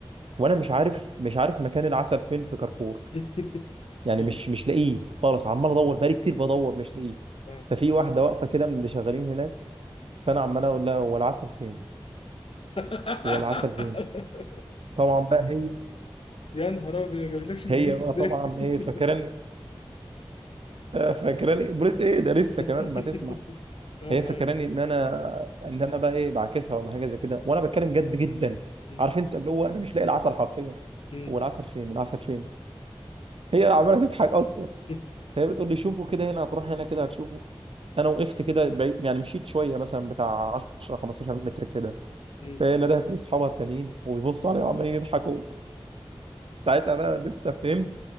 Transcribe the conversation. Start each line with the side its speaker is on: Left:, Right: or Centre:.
Right: وانا مش عارف مش عارف مكان العسل فين في كارفور
Left: <laughs>
Right: يعني
Left: مم.
Right: مش مش لاقيه خالص عمال ادور بقالي كتير بدور مش لاقيه
Left: آه.
Right: ففي واحدة واقفة كده من اللي شغالين هناك فانا عمال اقول لها هو العسل فين
Left: <laughs>
Right: هو العسل فين طبعا بقى هي
Left: يا نهار ابيض ما جابلكش البوليس
Right: هي بقى
Left: ازاي
Right: طبعا
Left: <laughs>
Right: ايه فاكراني فاكراني بوليس ايه ده لسه
Left: <laughs>
Right: كمان ما تسمع
Left: اه
Right: هي
Left: معاك
Right: فاكراني ان انا ان انا بقى ايه بعاكسها ولا حاجه زي كده وانا بتكلم جد جدا
Left: مم.
Right: عارف انت اللي هو انا مش لاقي العسل حرفيا
Left: مم.
Right: هو العسل فين العسل فين هي عماله تضحك اصلا
Left: مم.
Right: فهي بتقول لي شوفوا كده هنا هتروح هنا كده هتشوفه انا وقفت كده بعيد يعني مشيت شويه مثلا بتاع 10 15 متر كده
Left: مم.
Right: فهي ندهت لاصحابها التانيين وبيبصوا عليا وعمالين يضحكوا ساعتها بقى لسه فهمت